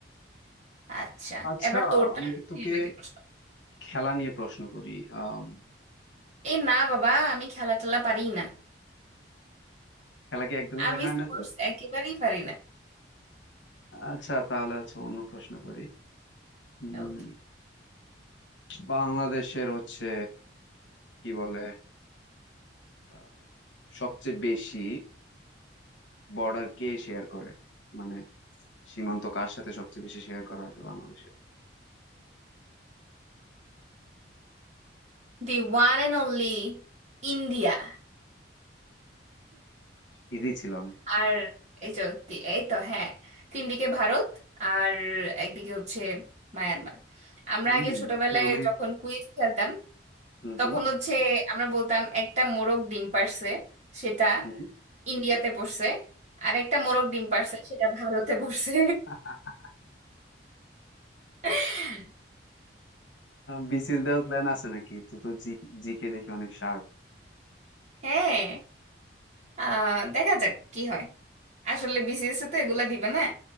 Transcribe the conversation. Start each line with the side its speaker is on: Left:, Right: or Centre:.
Right: আচ্ছা
Left: আচ্ছা
Right: এবার তোরটা
Left: আমি কি তোকে
Right: তুই আমাকে প্রশ্ন
Left: খেলা নিয়ে প্রশ্ন করি আম,
Right: এ না বাবা আমি খেলা টেলা পারি না
Left: খেলা কি একদমই
Right: আমি
Left: দেখা হয়
Right: স্পোর্টস
Left: না তো
Right: একেবারেই পারি না
Left: আচ্ছা তাহলে হচ্ছে অন্য প্রশ্ন করি উম,
Right: Okay
Left: বাংলাদেশের হচ্ছে কি বলে আহ, সবচেয়ে বেশি বর্ডার কে শেয়ার করে মানে সীমান্ত কার সাথে সবচেয়ে বেশি শেয়ার করা হয়েছে বাংলাদেশের
Right: The one and only India
Left: ইজি ছিল অনেক
Right: আর এই তো তি- এই তো হ্যাঁ তিন দিকে ভারত আর একদিকে হচ্ছে মায়ানমার আমরা
Left: হুম
Right: আগে ছোটবেলায়
Left: তুই অনেক
Right: যখন কুইজ খেলতাম
Left: হুম
Right: তখন
Left: হুম
Right: হচ্ছে আমরা বলতাম একটা মোরগ ডিম পারছে সেটা
Left: হুম
Right: ইন্ডিয়াতে পড়ছে আর একটা মোরগ ডিম পারছে সেটা ভারতে পড়ছে
Left: <laughs>
Right: <laughs>
Left: বিসিএস দেওয়ার প্ল্যান আছে নাকি তো তো জিকে দেখি অনেক শার্প
Right: হ্যাঁ আহ দেখা যাক কি হয় আসলে বিসিএস তো এগুলা দিবে না